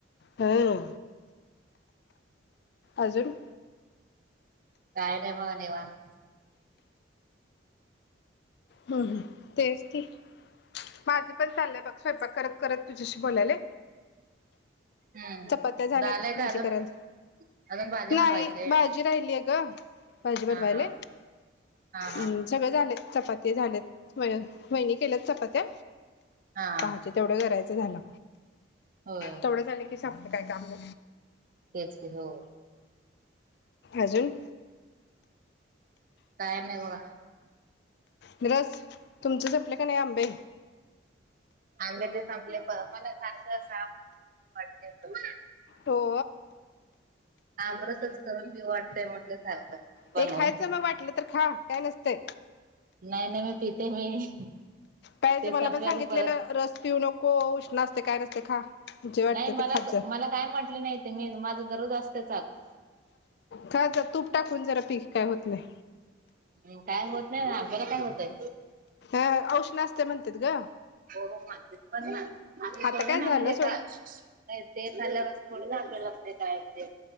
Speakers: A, on the left; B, on the right.
A: हा आजारी-
B: काय नाही बघ निवांत.
A: हम्- हम तेच त माझं पण चाललंय, बघ स्वयंपाक करत- करत तुझ्याशी बोलायला.
B: हम्म.
A: चपात्या झाल्यात,
B: झालंय का
A: भाजी
B: अजून
A: करायला,
B: अजून भाजी बनवायची
A: नाही भाजी राहिली अ? का? भाजी बनवायले,
B: हा हा हा
A: हम्
B: हा.
A: सगळे झाले चपाती - झाल्या, महि केल्यात चपात्या.
B: हा
A: पहाचे तेवढे घरायचे, झालं.
B: होय
A: तेवढं झालं की, तसं काय काम-
B: तेच ते हो,
A: अजून,
B: कायम नाही बघ <inaudible>
A: निरस, तुमचे संपले का नाही आंबे?
B: आंबे ते संपले, प मला सारखं असं आंब वाटतंय.
A: हो...
B: आमरसच करून भी वाटतय, म्हटल्या सारखं. बनवून.
A: ते खायचं मग वाटलं त खा काय नसतय.
B: नाही नाही मी पिते मी ते
A: पाहिज
B: संपल्यावर
A: मला पण सांगितलेलं
B: परत
A: रस पिऊ नको उष्ण असते काय नस ते खा. जे वाटतं
B: नाही मलात
A: ते खात जा
B: मला काय म्हटले नाही ते मी माझंच दरोज असतय.
A: खात जा तूप टाकून जरा पीक काय होत नाही.
B: हम्म, काय होत नाही आपल्याला काय होतय.
A: अं उष्ण असत म्हणतात ग.
B: हो हो म्हणतीस पण ना असे
A: आता
B: थोडे
A: काय
B: ना
A: झालं
B: म्हणजे
A: सोड
B: का नाही ते खाल्या थोड ना आपल्यालाते काय ते